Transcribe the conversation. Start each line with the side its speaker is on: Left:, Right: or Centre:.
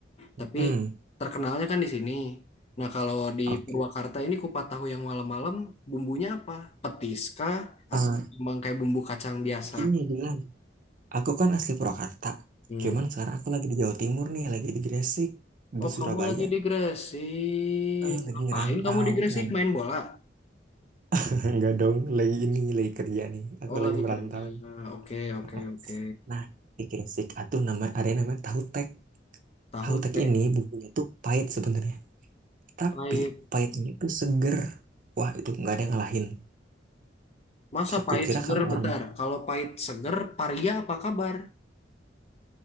Left: Tapi
Right: Hmm.
Left: terkenalnya kan di sini. Nah, kalau di
Right: Oke.
Left: Purwakarta ini kupat tahu yang malam-malam bumbunya apa? Petis kah
Right: Ah,
Left: atau memang kayak bumbu kacang biasa?
Right: ini dia. Aku kan asli Purwakarta.
Left: Hmm.
Right: Cuman sekarang aku lagi di Jawa Timur nih, lagi di Gresik,
Left: Oh,
Right: di Surabaya.
Left: kamu lagi di Gresik.
Right: Eh, lagi
Left: Ngapain
Right: ngerantau.
Left: kamu di Gresik
Right: Nah,
Left: main bola?
Right: <laughs> enggak dong, lagi ini, lagi kerja nih. Aku
Left: Oh,
Right: lagi
Left: lagi
Right: merantau.
Left: kerja. Oke, oke,
Right: Heeh.
Left: oke.
Right: Nah, di Gresik atau nama ada yang namanya tahu tek.
Left: Tahu
Right: Tahu tek
Left: teh
Right: ini bumbunya tuh pahit sebenarnya, tapi
Left: pahit.
Right: pahitnya itu seger. Wah, itu nggak ada yang ngalahin.
Left: Masa
Right: Kuki-
Left: pahit
Right: Kukira
Left: seger
Right: kamu orang
Left: bentar. Kalau pahit seger, paria apa kabar?